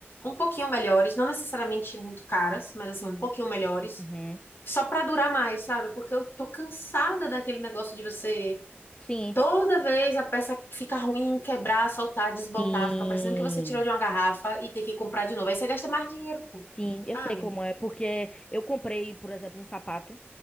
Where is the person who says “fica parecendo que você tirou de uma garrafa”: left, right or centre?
Left